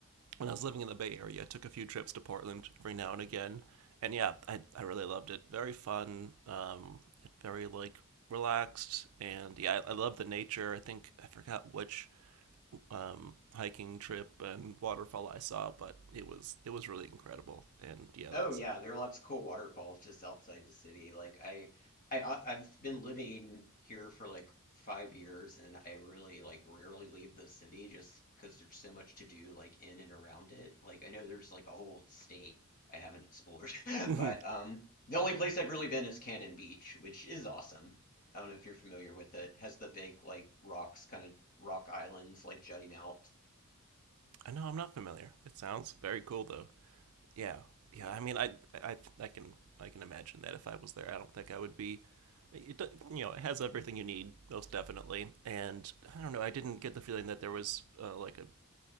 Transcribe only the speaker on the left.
Oh
yeah, there are lots of cool waterfalls just outside the city. Like I, I, I- I've been living here for like five years, and I really like rarely leave the city just because there's so much to do like in and around it. Like I know there's like a whole state I haven't explored, <laughs> but
um, the only place I've really been is Cannon Beach, which is awesome. I don't know if you're familiar with it. Has the big like rocks, kind of rock islands like jutting out.
Yeah.